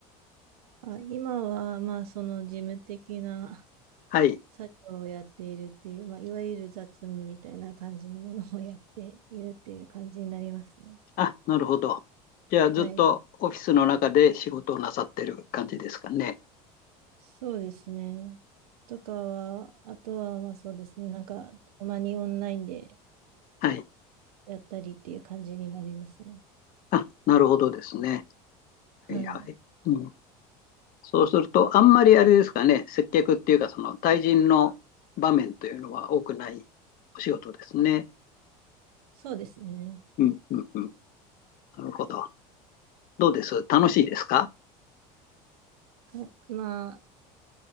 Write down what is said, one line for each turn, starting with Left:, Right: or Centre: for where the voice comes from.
Right: あ、今は、まあ、その事務的な
Left: はい。
Right: 作業をやっているっていう、まあ、いわゆる雑務みたいな感じのものをやっているっていう感じになりますね。
Left: あ、なるほど。じゃあ、ずっとオフィスの中で仕事をなさってる感じですかね。
Right: はい。そうですね。とかは、あとは、まあそうですね。なんか、たまにオンラインで
Left: はい。
Right: やったりっていう感じになりますね。
Left: あ、なるほどですね。
Right: はい。
Left: はいはい。うん。そうすると、あんまりあれですかね、接客っていうか、その対人の場面というのは多くないお仕事ですね。
Right: そうですね。
Left: うんうんうん。なるほど。どうです楽しいですか
Right: あまあ、